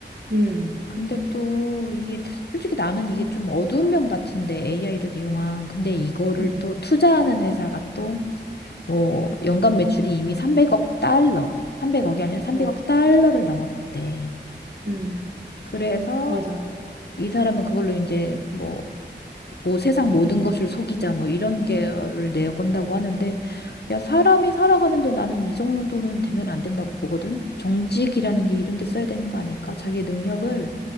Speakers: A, on the right; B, on the left.
A: 음,
B: 근데 또 이게 솔직히 나는 이게 좀 어두운 면 같은데 AI를 이용한 근데 이거를
A: 음,
B: 또 투자하는 회사가 또 뭐 연간 매출이 이미 300억 달러, 300억이 아니라 300억
A: 맞아.
B: 달러를 넘어섰대.
A: 음,
B: 그래서
A: 맞아.
B: 이 사람은 그걸로 이제 뭐 뭐 세상 모든 것을 속이자 뭐 이런 계열을 내건다고 하는데 야 사람이 살아가는데 나는 이 정도는 되면 안 된다고 보거든. 정직이라는 게 이런 데 써야 되는 거 아닐까? 자기의 능력을